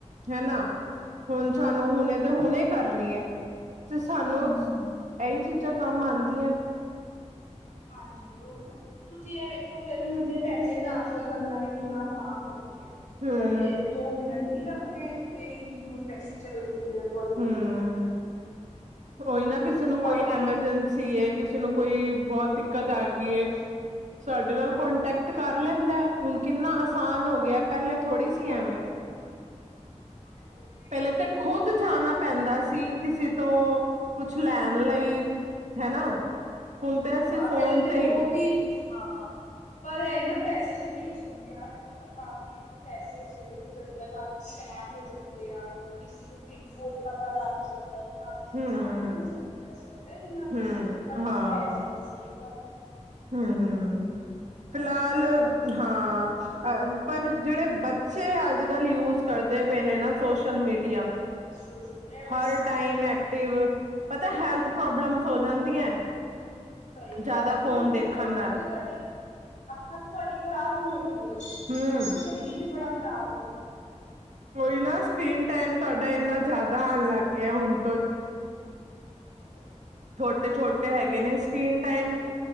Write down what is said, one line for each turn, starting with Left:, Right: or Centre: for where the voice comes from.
Right: ਹੈਨਾ
Left: ਹਾਂਜੀ
Right: ਹੁਣ ਸਾਨੂੰ ਹੁਣੇ ਦੇ ਹੁਣੇ ਕਰਨੀ ਐ ਤੇ ਸਾਨੂੰ
Left: ਹਮ-ਹਮ
Right: ਐਈ ਚੀਜ਼ਾਂ ਕੰਮ ਆਂਦੀਆਂ
Left: ਹਾਂਜੀ ਓਇ ਨਾ, ਤੁਸੀਂ ਇਹ ਵੇਖੋ ਜਿਹੜੇ <unintelligible> ਤੇ ਪੈਸੇ ਟ੍ਰਾਂਸਫਰ ਕਰਨਾ ਵੀ ਕਿੰਨਾ ਆਸਾਨ ਹੋ ਗਿਆ।
Right: ਹਮ
Left: ਇਹ ਦੋ ਮਿੰਟ ਨੀ ਲੱਗਦੇ ਤੇ ਏਨੀ ਦੂਰ ਪੈਸੇ ਚਲੇ ਜਾਂਦੇ ਆ ਤੁਹਾਡੇ
Right: ਹੂੰ, ਓਈ
Left: ਹਨਾ
Right: ਨਾ ਕਿਸੇ ਨੂੰ
Left: ਬਾਕੀ
Right: ਕੋਈ ਐਮਰਜੈਂਸੀ ਏ ਕਿ ਕੋਈ ਬਹੁਤ
Left: ਹਾਂ
Right: ਦਿੱਕਤ ਆ
Left: ਹਾਂ
Right: ਗਈ ਏ। ਸਾਡੇ ਨਾਲ ਕੋਂਟੈਕਟ ਕਰ ਲੈਂਦਾ, ਹੁਣ ਕਿੰਨਾ ਆਸਾਨ ਹੋ ਗਿਆ ਪਹਿਲੇ ਥੋੜ੍ਹੀ ਸੀ ਐਵੇਂ।
Left: ਹਾਂਜੀ।
Right: ਪਹਿਲੇ ਤੇ ਖੁੱਦ ਜਾਣਾ ਪੈਂਦਾ ਸੀ। ਕਿਸੇ ਤੋਂ ਕੁਛ ਲੈਣ ਲਈ, ਹਨਾ ਹੁਣ ਤੇ ਅਸੀਂ
Left: ਹਾਂ
Right: ਫੋਨ
Left: ਪਹਿਲੇ
Right: ਤੇ
Left: ਬਹੁਤ
Right: ਹੀ
Left: ਹਾਂ। ਪਰ ਇਹ ਹੈ ਨਾ ਪੈਸੇ ਅਸੀਂ ਭੇਜਣੇ ਪਏ ਆ ਤੇ ਕਾਫੀ ਪੈਸੇ ਉਹਦੇ ਵਿਚ ਹੋ ਜਾਂਦੇ ਆ, ਕਾਫ਼ੀ ਸਕੈਮ ਹੋ ਜਾਂਦੇ ਆ ਕਿਸੀ ਨੂੰ ਪਿੰਨ ਕੋਡ ਪਤਾ ਲੱਗ ਜਾਂਦਾ ਹੈ ਕਾਫੀ ਨੁਕਸਾਨ
Right: ਹਮ
Left: ਵੀ ਹੋ ਜਾਂਦਾ ਵੈਸੇ, ਪਤਾ ਇਹਦੇ ਨਾਲ
Right: ਹਮ
Left: ਪਰ
Right: ਹਾਂ
Left: ਹੈ ਤੇ ਅਸੀ ਗ। <inaudible>
Right: ਹਮ ਹਮ ਫਿਲਹਾਲ
Left: ਕੁਛ ਖ਼ਤਰਾ ਨਹੀਂ ਹੁੰਦਾ
Right: ਹਾਂ। ਅ ਪਰ ਜਿਹੜੇ ਬੱਚੇ ਅੱਜ ਕੱਲ੍ਹ ਯੂਜ ਕਰਦੇ ਪਏ ਨੇ ਨਾ ਸੋਸ਼ਲ ਮੀਡੀਆ
Left: ਸੋਸ਼ਲ ਇਹ
Right: ਹਰ
Left: ਬਸ
Right: ਟਾਈਮ ਐਕਟਿਵ, ਪਤਾ ਹੈਲਥ ਪ੍ਰੋਬਲਮਸ ਹੋ ਜਾਂਦੀਆਂ।
Left: ਸਈ
Right: ਜ਼ਿਆਦਾ
Left: ਗਾੱਲ
Right: ਫੋਨ ਦੇਖਣ
Left: ਅੱਖਾਂ
Right: ਨਾਲ
Left: ਤੇ ਤੁਆਡੀ, ਅੱਖਾਂ ਤੇ ਤੁਆਡੀ ਖ਼ਰਾਬ ਹੋਈ ਗੇ
Right: ਹੂੰ
Left: ਬਾਕੀ ਸਰੀਰ ਵੀ ਬੜਾ ਖ਼ਰਾਬ ਹੋ ਰਿਆ
Right: ਓਈ ਨਾ ਸ੍ਰੀਕੀਨ ਟਾਈਮ ਤੁਆਡਾ ਏਨਾ ਜਾਦਾ ਆਨ ਲਾੱਗ ਗੇਆ ਹੋਨ
Left: ਹੂੰ।
Right: ਛੋਟੇ-ਛੋਟੇ ਹੈਗੇ ਨੇ ਸ੍ਰੀਕੀਨ ਟਾਈਮ,
Left: ਤੇ